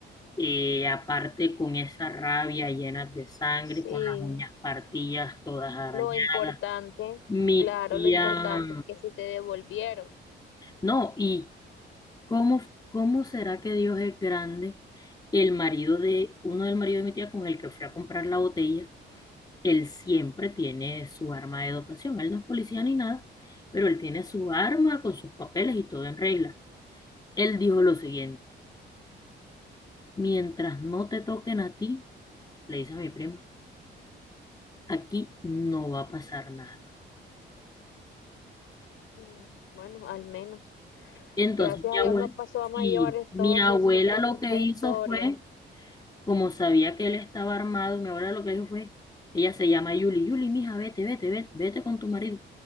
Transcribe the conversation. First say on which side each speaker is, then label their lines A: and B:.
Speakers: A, on the left; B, on the left.
A: eh, aparte con esa rabia llena de sangre,
B: sí,
A: con las uñas partidas, todas arañadas.
B: lo importante,
A: Mi
B: claro,
A: tía,
B: lo importante es que si te devolvieron,
A: no, y cómo, cómo será que Dios es grande? El marido de, uno del marido de mi tía con el que fui a comprar la botella, él siempre tiene su arma de dotación, él no es policía ni nada, pero él tiene su arma con sus papeles y todo en regla. Él dijo lo siguiente, mientras no te toquen a ti, le dice a mi prima, aquí no va a pasar nada.
B: Mm, bueno, al menos.
A: Entonces
B: Gracias
A: mi
B: a
A: abuela,
B: Dios no pasó a mayores
A: sí, mi
B: toda
A: abuela lo
B: esa
A: que hizo
B: historia.
A: fue, como sabía que él estaba armado, mi abuela lo que dijo fue, ella se llama Yuli, Yuli, mija, vete, vete, vete, vete con tu marido,